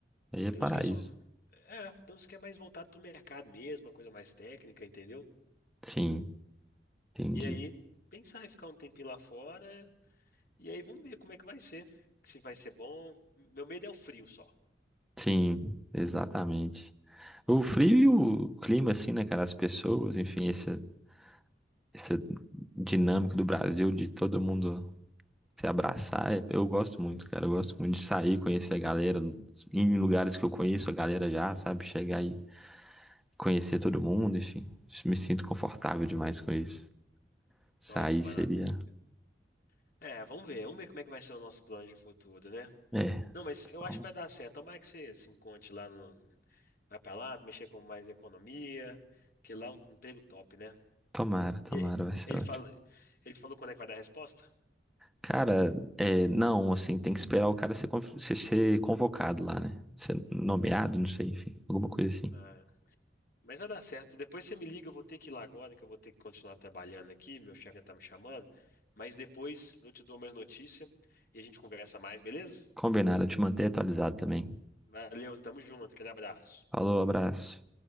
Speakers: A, in the centre; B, on the left (about 60°).
A: aí é
B: tem
A: paraíso.
B: uns que são, é, tem uns que é mais voltado pro mercado mesmo, uma coisa mais técnica, entendeu?
A: Sim, entendi.
B: E aí, pensar em ficar um tempinho lá fora, e aí vamos ver como é que vai ser, se vai ser bom. Meu medo é o frio só.
A: Sim, exatamente. O frio e o clima, assim, né, cara? As pessoas, enfim, essa, essa dinâmica do Brasil de todo mundo se abraçar, é- eu gosto muito, cara. Eu gosto muito de sair, conhecer a galera, em lugares que eu conheço, a galera já, sabe? Chegar aí conhecer todo mundo, enfim. Me sinto confortável demais com isso. Sair
B: Ó, que maravilha.
A: seria.
B: É, vamos ver, vamos ver como é que vai ser o nosso plano de futuro, né?
A: É.
B: Não, mas
A: Então,
B: eu acho que vai dar certo. Tomara que você se encontre lá no. Vai pra lá, mexer com mais economia, que lá é um emprego top, né?
A: tomara, tomara,
B: E-
A: vai ser
B: Ele,
A: ótimo.
B: fala, ele falou quando é que vai dar a resposta?
A: Cara, é, não, assim, tem que esperar o cara ser, ser, ser convocado lá, né? Ser nomeado, não sei, enfim, alguma coisa assim.
B: Ah, mas vai dar certo. Depois você me liga, eu vou ter que ir lá agora, que eu vou ter que continuar trabalhando aqui. Meu chefe já tá me chamando. Mas depois eu te dou mais notícia e a gente conversa mais, beleza?
A: Combinado, eu te manter atualizado também.
B: Valeu, tamo junto, aquele abraço.
A: Falou, abraço.